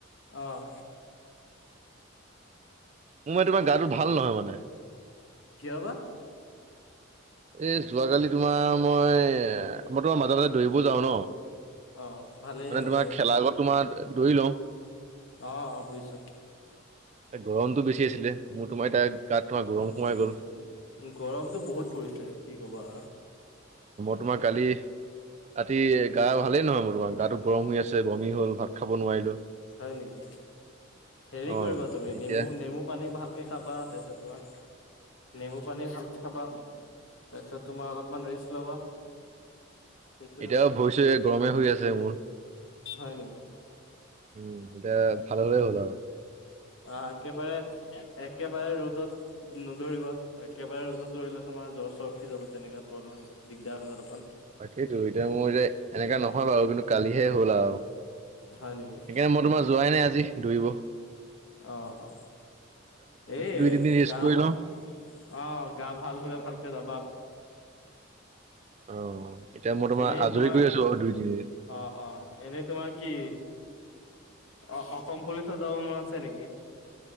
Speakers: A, on the left; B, on the right.
A: আহঁ।
B: মোৰ মই তোমাৰ গাটো ভাল নহয় মানে।
A: কিয় বা?
B: এই যোৱাকালি তোমাৰ মই মই তোমাৰ মাজে মাজে দৌৰিব যাও ন।
A: অ ভালেই
B: মানে
A: ভালেই
B: তোমাৰ খেলাৰ
A: ত
B: আগত তোমাৰ দৌৰি লওঁ।
A: অ অ বুজিছো।
B: এ গৰমতটো বেছি আছিলে মোৰ তোমাৰ এতিয়া। গাত তোমাৰ গৰম
A: উম,
B: সোমাই গ'ল
A: গৰমতটো বহুত পৰিছে কি কবা।
B: তমাক কালি। ৰাতি গা ভালেই নহয় মোৰ তোমাৰ গাটো গৰম হৈ আছে বমি হল ভাত খাব নোৱাৰিলো।
A: হয় নেকি? হেৰি
B: অ
A: কৰিবা তুমি
B: এতিয়া
A: নেমু নেমু পানী ভালকে খাবা তাৰপিছত তোমাৰ নেমু পানী ভালকে খাবা। তছ তোমাৰ অলপমান ৰেছ ল'বা। ঠিক হৈ
B: এতিয়াও
A: যাব
B: ভৰিছো গৰমে হৈ আছে মোৰ।
A: হয় নেকি?
B: উম এতিয়া ভাল ভাল হ'ল আৰু।
A: অঁ, একেবাৰে একেবাৰে ৰ'দত নদৌৰিবা একেবাৰে ৰ'দত দৌৰিলে তোম তোমাৰ জ্বৰ চৰ উঠ যাব তেনেকা প্ৰব্লেম হয় দিগদাৰ হয় অলপমান।
B: তাকেইতো এতিয়া মোৰ যে এনেকা নহয় বাৰু কিন্তু কালিহে হ'ল আৰু। সেইকাৰণে
A: হয় নেকি
B: মই তোমাৰ যোৱাই নাই আজি। দুইব।
A: অ', অ'। এ,
B: দুই তিনিদিন ৰেষ্ট
A: গা
B: কৰি
A: ভাল
B: লওঁ।
A: অ', গা ভাল হ'লে ভালকে যাবা আকৌ।
B: অ'। এতিয়া মই
A: এনেই
B: আজৰি
A: তোমাৰ
B: কৰি আছো বাৰু দুই তিনিদিন।
A: অ', অ', এনেই তোমাৰ কি? অ-অসম পুলিচত যাব মন আছে নেকি?